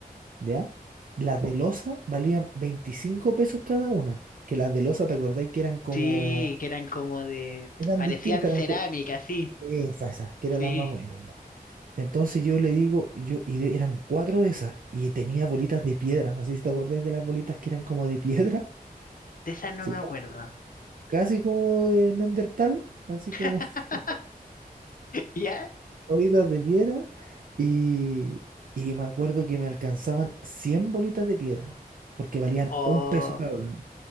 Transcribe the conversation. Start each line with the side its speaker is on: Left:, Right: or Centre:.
Right: ¿ya? Las de losa valían 25 pesos cada una. Que las de losa, ¿te acordáis que eran como...
Left: Sí, que eran como de...
Right: Eran
Left: Parecían
Right: distintas,
Left: cerámica,
Right: eran como...
Left: sí.
Right: Esas, esas, que eran
Left: Sí.
Right: las más bonitas, ya. Entonces yo le digo, yo, y de- eran cuatro de esas, y tenía bolitas de piedra, no sé si te acordáis de las bolitas que eran como de piedra.
Left: De esas no
Right: <laughs>
Left: me acuerdo.
Right: sí casi como de Neandertal, así como
Left: <laughs>
Right: <laughs>
Left: ¿Ya?
Right: bolitas de piedra. Y, y me acuerdo que me alcanzaban 100 bolitas de piedra, porque valían
Left: Oh.
Right: un peso cada una.